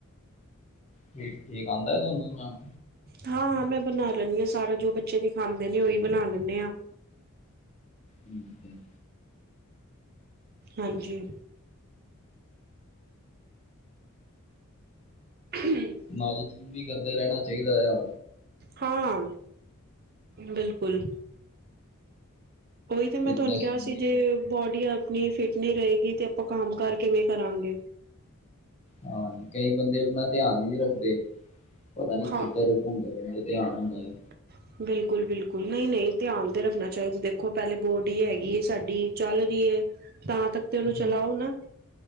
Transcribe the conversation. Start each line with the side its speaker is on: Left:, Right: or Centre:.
Left: ਠੀਕ-ਠੀਕ ਆਂਦਾ ਤੁਹਾਨੂੰ ਬਨਾਣਾ?
Right: ਹਾਂ-ਹਾਂ ਮੈਂ ਬਣਾ ਲੈਣੀ ਆ ਸਾਰਾ ਜੋ ਬੱਚੇ ਦੇ ਖਾਂਦੇ ਨੇ ਉਈ ਬਣਾ ਲੈਂਣੇ ਆ।
Left: ਹਮ- ਹਮ।
Right: ਹਾਂਜੀ। <unintelligible>
Left: ਨਾਲੇ ਜਿੰਮ ਵੀ ਕਰਦੇ ਰੈਨਾ ਚਾਈਦਾ ਆ।
Right: ਹਾਂ, ਬਿਲਕੁਲ। ਓਇ ਤੇ
Left: ਫਿਟਨੈਸ
Right: ਮੈਂ ਤੁਹਾਨੂੰ ਕਿਆ
Left: ਰਹਿੰਦੀ
Right: ਸੀ ਜੇ
Left: ਹੈ
Right: ਬੋਡੀ ਆਪਣੀ ਫਿਟ ਨੀ ਰਏਗੀ ਤੇ ਅਪਾਂ ਕੰਮ ਕਾਰ ਕਿਵੇਂ ਕਰਾਂਗੇ।
Left: ਹਾਂਜੀ ਕਈ ਬੰਦੇ ਆਪਣਾ ਧਿਆਨ ਈ ਨੀ ਰੱਖਦੇ ਪਤਾ ਨੀ
Right: ਹਾਂ
Left: ਕਿੱਧਰ ਹੁੰਦੇ ਰਹਿੰਦੇ ਧਿਆਨ ਹੁੰਦਾ ਐ।
Right: <inaudible> ਬਿਲਕੁਲ ਬਿਲਕੁਲ, ਨਹੀਂ ਨਹੀਂ ਧਿਆਨ ਤੇ ਰੱਖਣਾ ਚਾਹੀਦਾ, ਦੇਖੋ ਪਹਿਲੇ ਬੋਡੀ ਹੈਗੀ ਏ ਸਾਡੀ, ਚੱਲ ਰਹੀ ਏ ਤਾਂ ਤੱਕ ਤੇ ਉਹਨੂੰ
Left: ਹਾਂ,
Right: ਚਲਾਓ ਨਾ।